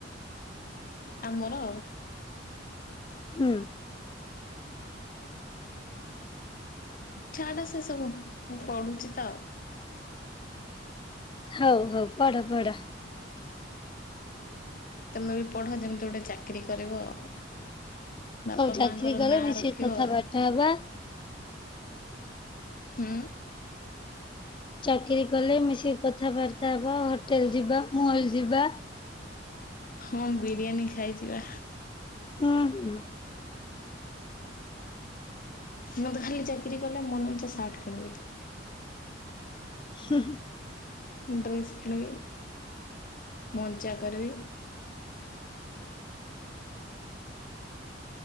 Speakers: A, on the left (about 50°); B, on the left (about 25°).
A: ଆମର
B: ହୁଁ।
A: ଛାଡ଼ ସେ ସବୁ ମୁଁ ପଢୁଚି ତ ଆଉ।
B: ହଉ ହଉ ପଢ ପଢ।
A: ତମେ ବି ପଢ ଯେମିତି ଗୋଟେ ଚାକିରି କରିବ ଆଉ। ବାପା
B: ହଉ ଚାକିରି
A: ମାଙ୍କର
B: କଲେ
A: ନାଁ
B: ମିଶିକି
A: ରଖିବ।
B: କଥାବାର୍ତ୍ତା ହବା।
A: ହୁଁ।
B: ଚାକିରୀ କଲେ ମିଶିକି କଥାବାର୍ତ୍ତା ହବା, ହୋଟେଲ ଯିବା, ମଲ ଯିବା।
A: ହଁ ବିରିୟାନୀ ଖାଇଯିବା।
B: ହୁଁ ହୁଁ।
A: ମୁଁ ତ ଖାଲି ଚାକିରି କଲେ ମନ ଇଛା ସାର୍ଟ କିଣିବି।
B: ହୁଁ।
A: ଡ୍ରେସ୍ କିଣିବି ମଜା କରିବି।